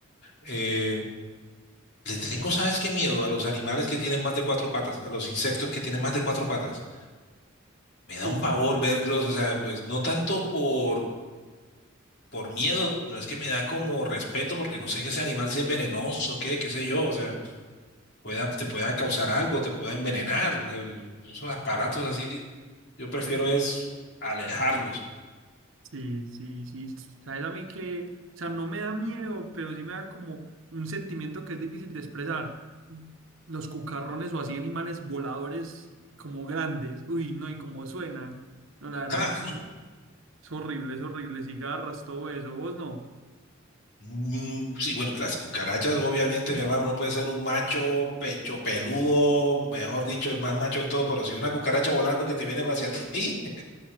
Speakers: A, on the left; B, on the right.
A: Eh, le tengo, ¿sabes qué miedo? A los animales que tienen más de cuatro patas, a los insectos que tienen más de cuatro patas. Me
B: Sí,
A: da un pavor verlos, o sea, pues no tanto por por miedo, no es que me da como respeto porque no sé que ese animal si es venenoso, qué, qué sé yo, o sea, pueda, te pueda causar algo, te pueda envenenar, o sea, yo- esos aparatos así, yo prefiero es alejarlos. <laughs>
B: sí, sí, sí. Sabes a mí que, o sea, no me da miedo, pero sí me da como un sentimiento que es difícil de expresar. Los cucarrones o así animales voladores como grandes. Uy, no, y cómo suenan. No, la verdad
A: Ah,
B: que es horrible, es horrible. Cigarras, todo eso. ¿Vos no?
A: mm, sí, bueno, las cucarachas, obviamente, mi hermano, no puede ser un macho pecho peludo, mejor dicho, el más macho de todo, pero si una cucaracha volando que te viene hacia ti,